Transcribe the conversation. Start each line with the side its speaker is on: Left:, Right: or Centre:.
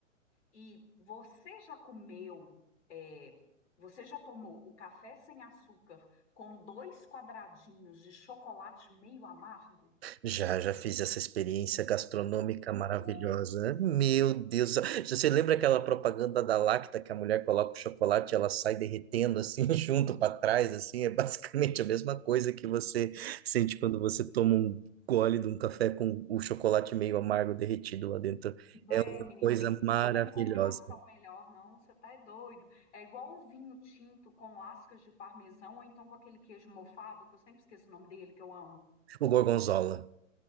Left: e você já comeu, é, você já tomou o café sem açúcar com dois quadradinhos de chocolate meio amargo?
Right: Já, já fiz essa experiência gastronômica maravilhosa.
Left: Nossa,
Right: Meu Deus. do céu. Você lembra aquela propaganda da Lacta que a mulher coloca o chocolate e ela sai derretendo assim, <laughs> junto para trás, assim? É basicamente a mesma coisa que você sente quando você toma um gole de um café com o chocolate meio amargo derretido lá dentro.
Left: Não é, menino?
Right: Coisa
Left: Tem-
Right: maravilhosa.
Left: não tem combinação melhor, não. Você tá é doido. É igual o vinho tinto com lascas de parmesão, ou então com aquele queijo mofado, que eu sempre esqueço o nome dele, que eu amo.
Right: O gorgonzola.